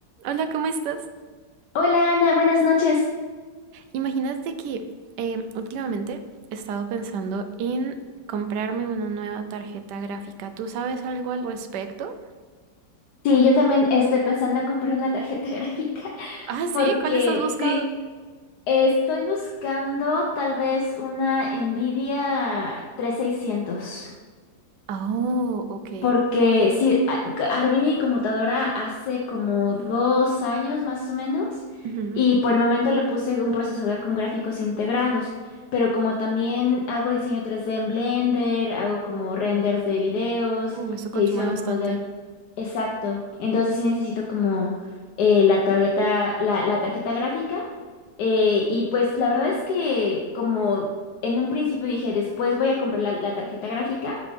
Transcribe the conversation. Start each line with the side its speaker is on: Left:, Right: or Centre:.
Right: Hola, ¿cómo estás?
Left: Hola Ana, buenas noches.
Right: Imagínate que eh, últimamente he estado pensando en comprarme una nueva tarjeta gráfica. ¿Tú sabes algo al respecto?
Left: Sí, yo también estoy pensando en comprar una tarjeta <laughs> gráfica
Right: Ah, sí,
Left: porque
Right: ¿cuál estás buscando?
Left: sí, estoy buscando tal vez una Nvidia tres seiscientos.
Right: Oh, ok.
Left: Porque sí, a- armé mi computadora hace como dos años más o menos
Right: Ujú.
Left: y por el momento le puse un procesador con gráficos integrados, pero como también hago diseño tres d en Blender, hago como renders de videos,
Right: Uh, eso consume
Left: edición
Right: bastante.
Left: como de... Exacto, entonces sí necesito como eh, la tableta, la, la tarjeta gráfica eh, y pues la verdad es que como en un principio dije después voy a comprar la la tarjeta gráfica